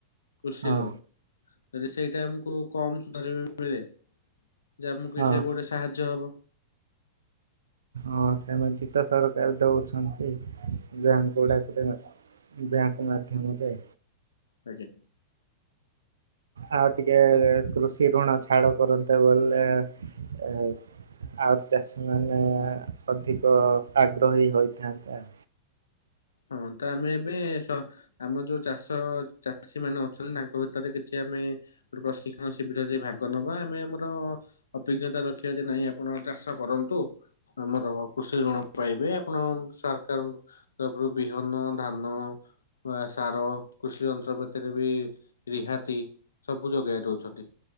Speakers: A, on the left; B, on the right.
A: କୃଷି
B: ହଁ
A: ଲୋନ୍ ଯଦି ସେଇଟା ଆମକୁ କମ ସୁଧରେ ବି ମିଳେ। ଯେ ଆମକୁ
B: ହଁ
A: ସେ ଗୋଟେ ସାହାଯ୍ୟ ହବ।
B: ହଁ ସେମିତି ତ ସରକାର ଦଉଛନ୍ତି ବ୍ୟାଙ୍କ ଗୁଡାକରେ ବ୍ୟାଙ୍କ ମାଧ୍ୟମରେ।
A: ଆଜ୍ଞା।
B: ଆଉ ଟିକେ
A: ତ
B: କୃଷି ଋଣ ଛାଡ଼ କରନ୍ତେ ବଲେ ଆଉ ଚାଷୀ ମାନେ ଅଧିକ ଆଗ୍ରହୀ ହୋଇଥାନ୍ତେ ଆଉ।
A: ହଁ ତ ଆମେ ଏବେ ସ ଆମ ଯୋଉ ଚାଷ ଚାଷୀ ମାନେ ଅଛନ୍ତି ତାଙ୍କ ଭିତରେ କିଛି ଆମେ ଗୋଟେ ପ୍ରଶିକ୍ଷଣ ଶିବିର ଯ ଭାଗ ନବା ଆମେ ଆମର ଅଭିଜ୍ଞତା ରଖିବା ଯେ ନାଇଁ ଆପଣ ଚାଷ କରନ୍ତୁ। ଆମର କୃଷି ଋଣ ପାଇବେ ଆପଣ ସରକାର ତାପରେ ବିହନ ଧାନ ବା ସାର କୃଷି ଯନ୍ତ୍ରପାତିରେ ବି ରିହାତି ସବୁ ଯୋଗେଇ ଦଉଛନ୍ତି।